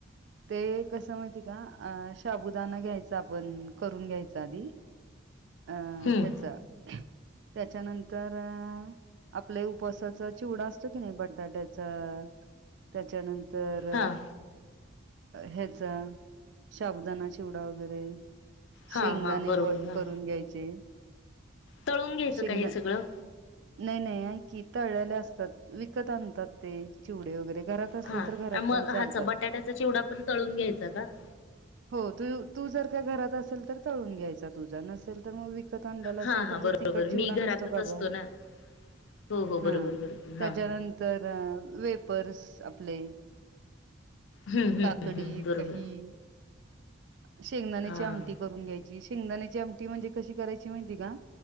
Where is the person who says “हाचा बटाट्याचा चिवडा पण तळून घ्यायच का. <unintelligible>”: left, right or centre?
Left